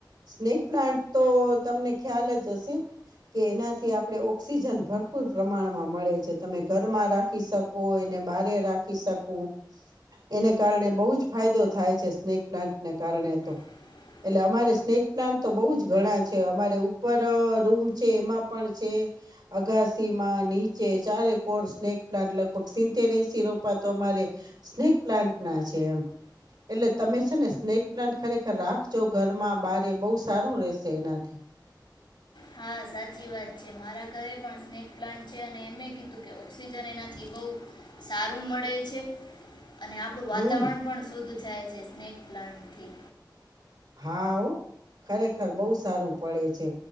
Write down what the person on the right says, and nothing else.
સ્નેક પ્લાન્ટ તો તમને ખ્યાલ જ હશે કે એનાથી આપડણે ઓક્સિજન ભર ભરપૂર પ્રમાણમાં મળે છે, તમે ઘરમાં રાખી શકો એને બારે રાખી શકો. એને કારણે બહુ જ ફાયદો થાય છે, સ્નેક પ્લાન્ટને કારણે તો.
એટલે અમારે સ્નેક પ્લાન્ટ તો બહુ જ ઘણા છે, અમારે ઉપર રૂમ છે, એમાં પણ છે. અગાસી માં નીચે ચારે કોર સ્નેક પ્લાન્ટ લગભગ સીતેર- એનસી રોપાતો અમારે સ્નેક પ્લાન્ટ ના છે, એમ એટલે તમે છે, ને સ્નેક પ્લાન્ટ ખરે <unintelligible> રાખજો ઘરમાં બારે બહુ સારું રહેશે એનાથી.
હમ
હા. ખરેખર બહુ સારું પડે છે,